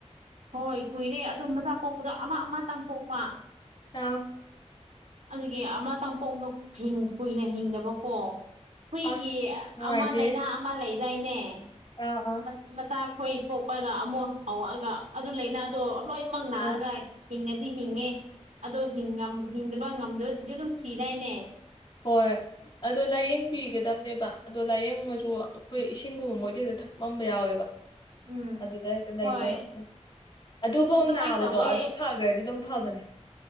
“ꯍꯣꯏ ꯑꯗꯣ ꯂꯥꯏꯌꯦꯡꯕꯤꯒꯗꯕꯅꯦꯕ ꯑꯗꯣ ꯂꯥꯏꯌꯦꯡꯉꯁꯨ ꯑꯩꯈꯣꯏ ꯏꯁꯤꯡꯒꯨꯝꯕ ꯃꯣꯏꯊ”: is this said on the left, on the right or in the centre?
Left